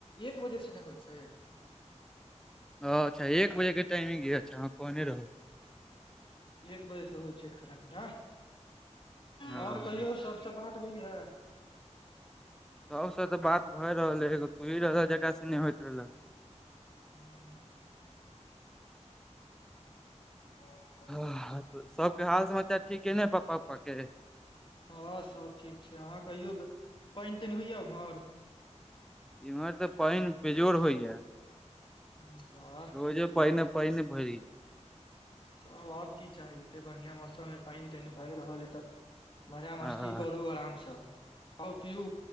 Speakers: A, on the left; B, in the centre.
A: एक बजेसँ नहि होइत छै?
B: अच्छा एक बजे के टाइमिंगग य अच्छा हाँ कहने रहू।
A: एक बजे से होइ छै खाना पीना
B: हँ
A: आओर कहियौ सबसँ बात होइया?
B: सबसँ तऽ बात भए रहल है एगो तोही रहऽ जकरासँ नहि होइत रहले।
A: हू <inaudible> <unintelligible>
B: हँ सबके हाल समाचार ठीके ने पप्पा उप्पा के?
A: हँ सब ठीक छै अहाँ कहियौ पानि तानि होइया एम्हर?
B: इम्हर ते पानि बेजोड़ होइया।
A: <unintelligible> बा
B: रोज पैने पने भरि।
A: आब आब की चाही एते बढ़िआँ मौसममे पानि तानि भए रहल ह तऽ? मजा मस्ती
B: हँ
A: करु आराम से खाउ पीऊ